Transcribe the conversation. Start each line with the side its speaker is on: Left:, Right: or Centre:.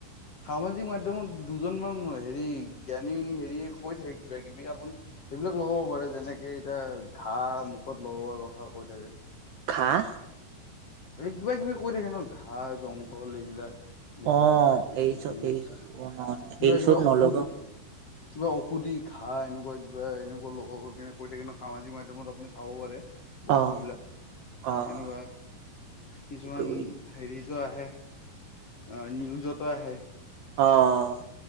Left: সামাজিক মাধ্যমত দুজনমান হেৰি জ্ঞানী হেৰীয়ে কৈ থাকে কিবা-কিবি আপুনি সেইবিলাক লগাব পাৰে, যেনেকে এতিয়া ঘাঁহ মুখত লগোৱাৰ কথা কৈ থাকে
Right: ঘাঁহ
Left: কিবা-কিবি কৈ থাকে ন ঘাঁহ জংঘল এইবিলাক লগোৱাৰ
Right: অ'
Left: কথা কিবা
Right: এই চব
Left: কিবি
Right: এই
Left: কিবা
Right: চব অ' ন এই
Left: কিবা
Right: চব
Left: ঔষধি
Right: নলগাও
Left: কিবা ঔষধি ঘাঁহ এনেকুৱা কিবা এনেকুৱা লগোৱাৰ কেনে কৈ থাকে ন সামাজিক মাধ্যমত আপুনি চাব পাৰে। বস্তুবিলাক
Right: অ' অ'
Left: সেনেকুৱা কিছুমান
Right: এইটো
Left: হেৰিতো আহে। অ' নিউজতো আহে।
Right: অ'